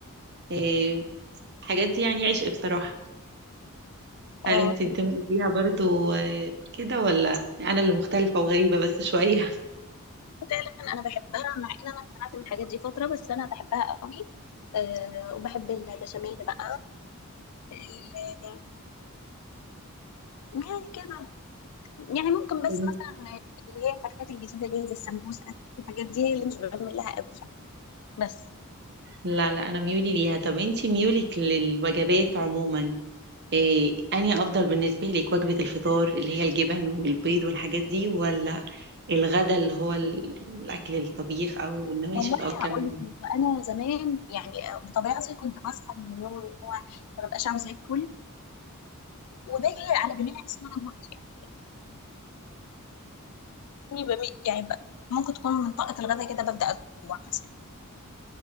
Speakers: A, on the right; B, on the left.
A: إيه، الحاجات دي يعني عشق بصراحة
B: اه
A: هل انت انتمائك ليها برضو آه، كده ولا انا اللي مختلفة وغريبة بس شوية
B: فعلا انا بحبها مع ان انا اتمنعت من الحاجات دي فتره بس انا بحبها قوي أه وبحب البشاميل بقى أه يعني كده يعني ممكن بس
A: <laughs>
B: مثلا اللي هي الحاجات الجديده اللي هي زي السمبوسه الحاجات دي هي اللي مش بعمل لها قوي يعني بس
A: لا لا انا ميولي ليها طب انت ميولك للوجبات عموما إيه انهي افضل بالنسبة لك وجبة الفطار اللي هي الجبن والبيض والحاجات دي ولا الغدا اللي هو ال- الاكل الطبيخ او النواشف
B: والله
A: او الكلام
B: هقول
A: ده
B: لك إن انا زمان يعني بطبيعتي كنت بصحى من النوم اللي هو ما ببقاش عاوزه اكل وباجي على بالليل احس ان انا جوعت يعني يعني بمي- يعني ب- ممكن تكون من طاقه الغداء كده ببدا اجوع مثلا